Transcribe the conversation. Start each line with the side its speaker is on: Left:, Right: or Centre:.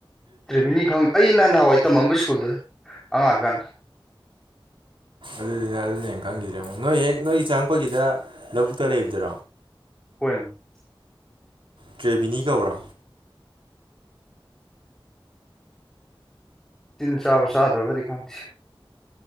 Centre: ꯇ꯭ꯔꯦꯕꯤꯅꯤ ꯈꯪ ꯑꯩꯅ ꯅꯍꯥꯟꯋꯥꯏ ꯇꯝꯃꯝꯕ ꯁ꯭ꯀꯨꯜꯗꯨ ꯑꯉꯥꯡ ꯑꯣꯏꯀꯥꯟꯗ
Right: ꯑꯗꯨꯗꯨꯅ ꯑꯗꯨꯅ ꯍꯦꯟ ꯈꯪꯈꯤꯗ꯭ꯔꯦ ꯉꯣ ꯅꯣꯏ ꯍꯦꯛ ꯅꯣꯏꯒꯤ ꯆꯪꯉꯛꯄꯒꯤꯗ ꯂꯧꯕꯨꯛꯇ ꯂꯩꯕꯗꯨꯔꯣ
Centre: ꯍꯨꯟ <unintelligible>
Right: ꯇ꯭ꯔꯦꯕꯤꯅꯤ ꯀꯧꯕ꯭ꯔꯣ
Centre: ꯇꯤꯟ ꯆꯥꯕ ꯆꯗꯕꯗꯤ ꯈꯪꯗꯦꯁꯤ